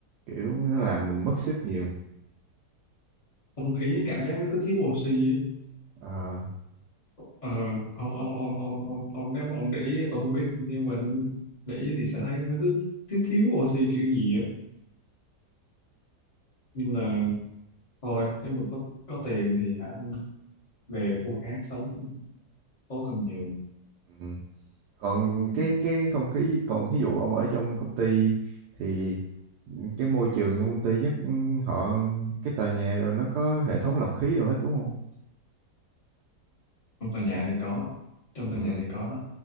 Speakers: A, on the right; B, on the left.
A: kiểu nó làm mình mất sức nhiều
B: không khí cảm giác nó cứ thiếu oxy á.
A: Ờ,
B: Ờ, ông ông ông ông ông ông nếu mà ông để ý tôi không biết nhưng mà để ý thì sẽ thấy là nó cứ thiếu thiếu oxy kiểu gì á Nhưng là thôi nếu mà có có tiền thì hả về khu khác sống tốt hơn nhiều
A: ừm. còn
B: ừ.
A: cái cái không khí còn ví dụ ông ở trong công ty thì cái môi trường trong công ty chắc họ cái tòa nhà rồi nó có hệ thống lọc khí đồ hết đúng không
B: trong tòa nhà thì có trong tòa
A: Ừ,
B: nhà thì có đó.